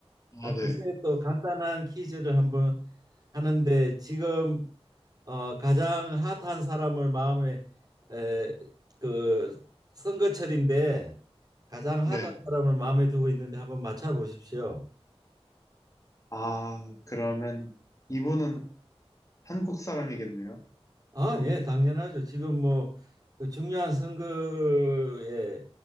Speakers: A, on the right (about 35°); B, on the left (about 30°).
A: 아,
B: 아,
A: 글쎄
B: 네.
A: 또 간단한 퀴즈를 한번 하는데 지금 어, 가장 핫한 사람을 마음에 에, 그 선거철인데 가장 핫한
B: 네.
A: 사람을 마음에 두고 있는데 한번 맞춰 보십시오.
B: 아, 그러면 이분은 한국 사람이겠네요.
A: 아, 예, 당연하죠. 지금 뭐그 중요한 선거에